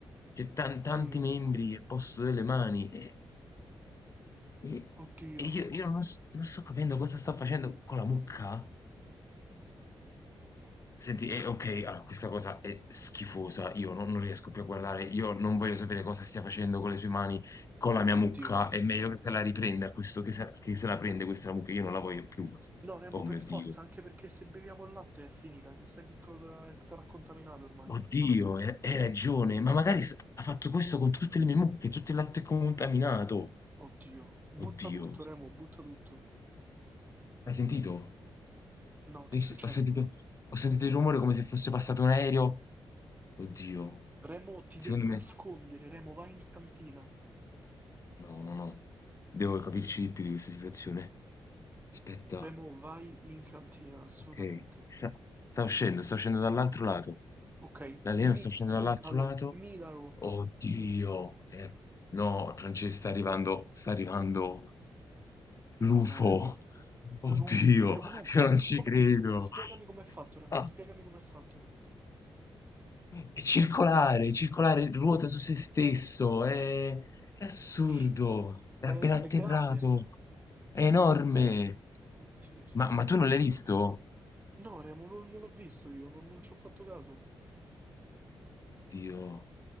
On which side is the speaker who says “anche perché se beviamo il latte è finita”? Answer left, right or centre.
Right